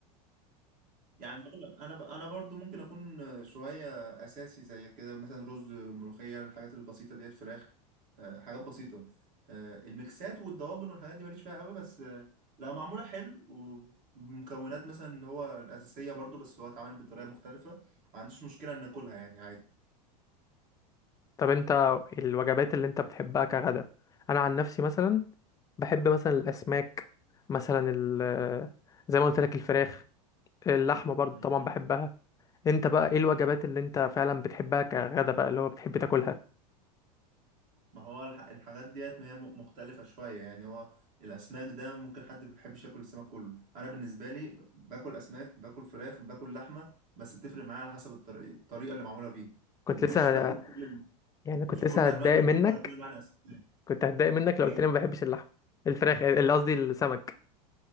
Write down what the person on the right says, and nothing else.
يعني انا ب- انا برضو ممكن اكون شويه اساسي زي كده مثلا رز ملوخيه الحاجات البسيطه ديت فراخ آه، حاجات بسيطه آه، الميكسات والدواجن والحاجات دي ماليش فيها قوي بس آه، لو معموله حلو ومكونات مثلا اللي هو الاساسيه برضو بس هو اتعمل بطريقه مختلفه ما عنديش مشكله ان اكلها يعني
عادي
ما هو الح- الحاجات ديت ما هي م- مختلفة شوية يعني هو الأسماك ده ممكن حد ما بيحبش ياكل السمك كله أنا بالنسبة لي باكل أسماك باكل فراخ باكل لحمة بس بتفرق معايا على حسب الطريقة, الطريقة اللي معمولة فيه
ومش
باكل
كل ال-
مش
كل ألوان
اللحوم
ولا كل أنواع الأسماك
إيه